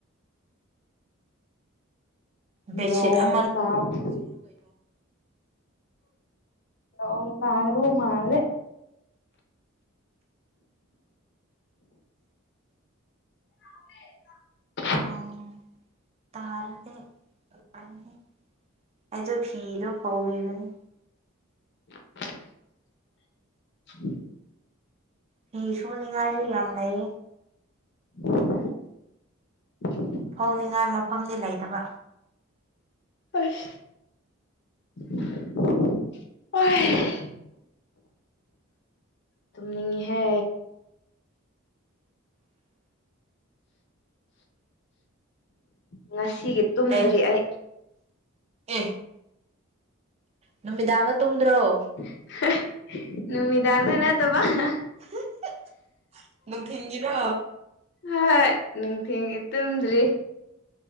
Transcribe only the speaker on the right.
ꯕꯦꯠꯁꯤꯠ
ꯑꯃ
ꯅꯣꯡ꯫ ꯇꯥꯔꯗꯤ ꯅꯨꯉꯥꯢꯅꯤꯍꯦ ꯑꯩꯗꯣ ꯐꯤꯗꯣ ꯐꯥꯎꯔꯤꯕꯅꯤ꯫
ꯐꯤ ꯁꯨꯅꯤꯡꯉꯥꯏꯁꯨ ꯌꯥꯝ ꯂꯩ꯫
ꯐꯧꯅꯤꯡꯉꯥꯏ ꯃꯐꯝꯗꯤ ꯂꯩ ꯇꯕ꯫
ꯑꯦ
ꯑꯦ ꯅꯨꯃꯤꯗꯥꯡꯗ ꯇꯨꯝꯗ꯭ꯔꯣ?
<unintelligible> ꯅꯨꯡꯊꯤꯟꯒꯤꯔꯣ?